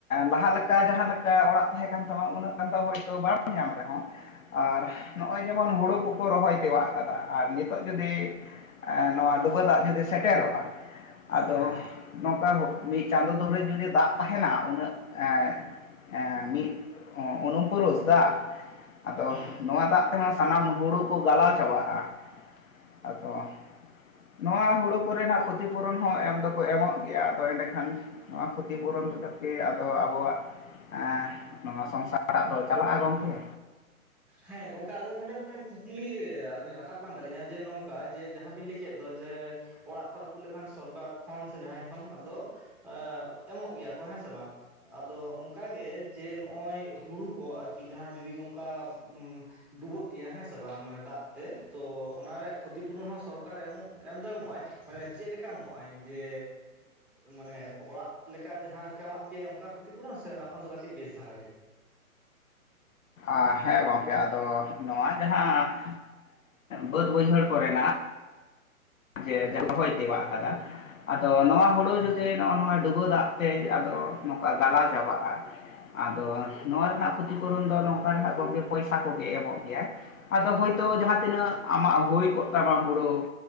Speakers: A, on the left; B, in the centre.
A: ᱞᱟᱦᱟ ᱞᱮᱠᱟ ᱡᱟᱦᱟᱸ ᱞᱮᱠᱟ ᱚᱲᱟᱜ ᱛᱟᱦᱮᱸ ᱠᱟᱱ ᱛᱟᱢᱟ ᱩᱱᱟᱹᱜ ᱜᱟᱱ ᱫᱚ ᱦᱳᱭᱛᱚ ᱵᱟᱢ ᱧᱟᱢ ᱨᱮᱦᱚᱸ ᱟᱨ ᱱᱚᱜᱚᱭ ᱡᱮᱢᱚᱱ ᱦᱳᱲᱳ ᱠᱚᱠᱚ ᱨᱚᱦᱚᱭ ᱛᱮᱣᱟᱜ ᱠᱟᱫᱟ ᱟᱨ ᱱᱤᱛᱳᱜ ᱡᱩᱫᱤ ᱮᱸ ᱱᱚᱣᱟ ᱰᱩᱵᱟᱹ ᱫᱟᱜ ᱡᱩᱫᱤ ᱥᱮᱴᱮᱨᱚᱜ-ᱟ ᱟᱫᱚ
B: ᱦᱮᱸ
A: ᱱᱚᱝᱠᱟ ᱢᱤᱫ ᱪᱟᱸᱫᱳ ᱫᱷᱚᱨᱮ ᱡᱩᱫᱤ ᱫᱟᱜ ᱛᱟᱸᱦᱮᱱᱟ ᱩᱱᱟᱹᱜ ᱮᱸ ᱮᱸ ᱢᱤᱫ ᱚᱱᱩᱯᱩᱨᱩᱥ ᱫᱟᱜ ᱟᱫᱚ
B: ᱦᱩᱸ
A: ᱱᱚᱣᱟ ᱫᱟᱜ ᱛᱮᱦᱚᱸ ᱥᱟᱱᱟᱢ ᱦᱩᱲᱩ ᱠᱚ ᱜᱟᱞᱟᱣ ᱪᱟᱵᱟᱜ-ᱟ ᱾ ᱟᱫᱚ ᱱᱚᱣᱟ ᱦᱳᱲᱳ ᱠᱚᱨᱮᱱᱟᱜ ᱠᱷᱚᱛᱤ ᱯᱩᱨᱚᱱ ᱦᱚᱸ ᱮᱢ ᱫᱚᱠᱚ ᱮᱢᱚᱜ ᱜᱮᱭᱟ ᱟᱫᱚ ᱮᱸᱰᱮᱠᱷᱟᱱ ᱱᱚᱣᱟ ᱠᱷᱚᱛᱤ ᱯᱩᱨᱚᱱ <unintelligible> ᱜᱮ ᱟᱫᱚ ᱟᱵᱚᱣᱟᱜ ᱮᱸ ᱱᱚᱣᱟ ᱥᱚᱝᱥᱟᱨᱟᱜ <unintelligible> ᱫᱚ ᱪᱟᱞᱟᱜ-ᱟ ᱜᱚᱝᱠᱮ?
B: ᱦᱮᱸ ᱜᱚᱝᱠᱮ ᱟᱫᱚ ᱱᱚᱸᱰᱮ ᱢᱤᱫᱴᱮᱱ ᱠᱩᱠᱞᱤ ᱟᱹᱞᱤᱧᱟᱜ ᱨᱟᱠᱟᱵ ᱠᱟᱱ ᱛᱟᱹᱞᱤᱧᱟ ᱡᱮ ᱱᱚᱝᱠᱟ ᱡᱮ ᱡᱟᱦᱟᱸᱵᱤᱱ ᱞᱟᱹᱭ ᱠᱮᱫ ᱫᱚ ᱡᱮ ᱚᱲᱟᱜ ᱠᱚ ᱨᱟᱹᱯᱩᱫ ᱞᱮᱠᱷᱟᱱ ᱥᱚᱨᱠᱟᱨ ᱠᱷᱚᱱ ᱥᱮ ᱡᱟᱦᱟᱸᱭ ᱠᱷᱚᱱ ᱟᱫᱚ ᱮᱸ ᱮᱢᱚᱜ ᱜᱮᱭᱟ ᱠᱚ ᱦᱮᱸ ᱥᱮ ᱵᱟᱝ? ᱟᱫᱚ ᱚᱝᱠᱟᱜᱮ ᱡᱮ ᱱᱚᱜᱚᱭ ᱦᱩᱲᱩ ᱠᱚ ᱟᱨᱠᱤ ᱡᱟᱦᱟᱸ ᱡᱩᱫᱤ ᱱᱚᱝᱠᱟ ᱩᱸ ᱰᱩᱵᱟᱹᱜ ᱜᱮᱭᱟ ᱦᱮᱸᱥᱮ ᱵᱟᱝ ᱢᱟᱱᱮ ᱫᱟᱜ ᱛᱮ ᱛᱚ ᱚᱱᱟ ᱨᱮᱭᱟᱜ ᱠᱷᱚᱛᱤ ᱯᱩᱨᱚᱱ ᱦᱚᱸ ᱥᱚᱨᱠᱟᱨ ᱮᱢᱚᱜ ᱮᱢ ᱫᱚ ᱮᱢᱚᱜᱟᱭ ᱢᱟᱱᱮ ᱪᱮᱫ ᱞᱮᱠᱟ ᱮᱢᱚᱜᱟᱭ ᱡᱮ ᱢᱟᱱᱮ ᱚᱲᱟᱜ ᱞᱮᱠᱟ ᱡᱟᱸᱦᱟ ᱞᱮᱠᱟ ᱮᱢᱟᱜ ᱯᱮᱭᱟᱭ ᱚᱱᱠᱟ ᱠᱷᱚᱛᱤ ᱯᱩᱨᱚᱱ ᱥᱮ ᱚᱱᱟ ᱠᱷᱚᱱ ᱫᱚ ᱠᱟᱹᱴᱤᱡ ᱵᱮᱥ ᱫᱷᱟᱨᱟ ᱜᱮ?
A: ᱟᱻ ᱦᱮᱸ ᱜᱚᱝᱠᱮ ᱟᱫᱚ ᱱᱚᱣᱟ ᱡᱟᱸᱦᱟ ᱵᱟᱹᱫᱽ ᱵᱟᱹᱭᱦᱟᱹᱲ ᱠᱚᱨᱮᱱᱟᱜ ᱡᱮ
B: ᱦᱮᱸ
A: ᱨᱚᱦᱚᱭ ᱛᱮᱣᱟᱜ ᱠᱟᱫᱟ ᱟᱫᱚ ᱱᱚᱣᱟ ᱦᱩᱲᱩ
B: ᱦᱩᱸ
A: ᱡᱩᱫᱤ ᱱᱚᱜᱼᱚ ᱱᱚᱣᱟ ᱰᱩᱵᱟᱹ ᱫᱟᱜ ᱛᱮ ᱟᱫᱚ ᱱᱚᱝᱠᱟ ᱜᱟᱞᱟᱣ ᱪᱟᱵᱟᱜᱼᱟ ᱾ ᱟᱫᱚ ᱱᱚᱣᱟ ᱨᱮᱱᱟᱜ ᱠᱷᱚᱛᱤ ᱯᱩᱨᱚᱱ ᱫᱚ ᱱᱚᱝᱠᱟ ᱦᱟᱜ ᱜᱚᱝᱠᱮ ᱯᱚᱭᱥᱟ ᱠᱚᱜᱮ ᱮᱢᱚᱜ ᱜᱮᱭᱟᱭ ᱟᱫᱚ ᱦᱳᱭᱛᱳ ᱡᱟᱸᱦᱟ ᱛᱤᱱᱟᱹᱜ ᱟᱢᱟᱜ ᱦᱩᱭ ᱠᱚᱜ ᱛᱟᱢᱟ ᱦᱳᱲᱳ